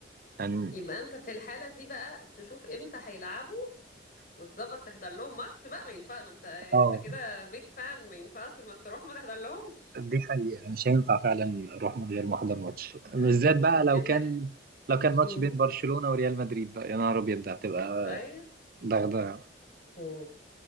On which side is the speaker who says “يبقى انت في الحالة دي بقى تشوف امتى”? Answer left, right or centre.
Left